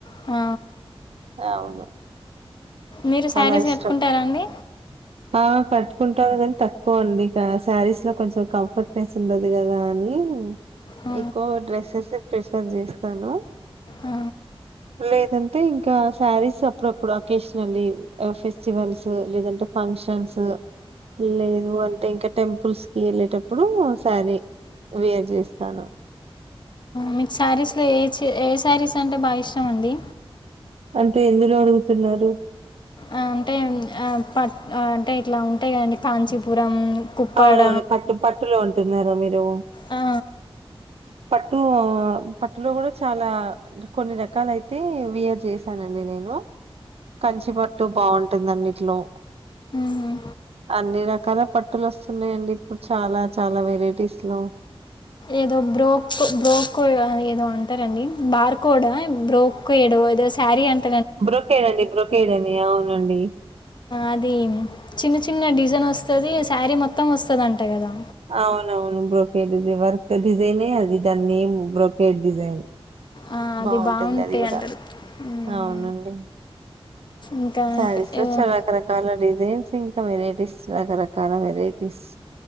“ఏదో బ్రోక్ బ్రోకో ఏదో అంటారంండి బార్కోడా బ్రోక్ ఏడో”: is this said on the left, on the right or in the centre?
Left